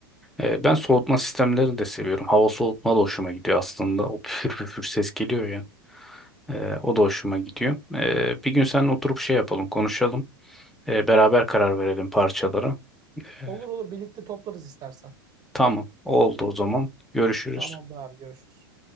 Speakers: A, in the centre; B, on the right.
A: Ee, ben soğutma sistemlerini de seviyorum. Hava soğutma da hoşuma gidiyor aslında. O püfür püfür ses geliyor ya. Ee, o da hoşuma gidiyor. Ee, bir gün seninle oturup şey yapalım, konuşalım. Ee, beraber karar verelim parçalara. Ee,
B: Olur olur birlikte toplarız istersen.
A: tamam, oldu o zaman. Görüşürüz.
B: Tamamdır abi görüşürüz.